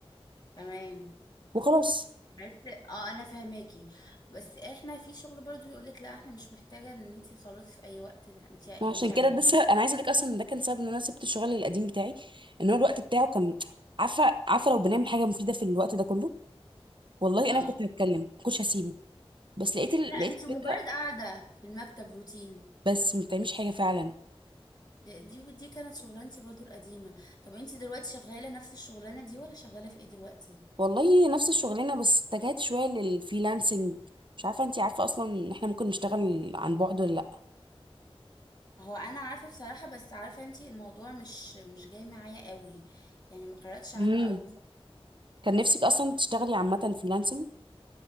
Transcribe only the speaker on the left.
تمام
بس اه انا فاهماكي بس احنا في شغل برضو يقولك لا احنا مش محتاجة ان انتي خلاص في اي وقت انتي
انتي عايزاه
اه
لا انتي
مجرد
قاعدة في المكتب روتين
دي دي دي كانت شغلانتي برضو القديمة طب انتي دلوقتي شغالة نفس الشغلانة دي ولا شغالة في ايه دلوقتي
هو انا عارفة بصراحة بس عارفة انتي الموضوع مش مش جاي معايا قوي يعني ما قرأتش
عنه قوي بص-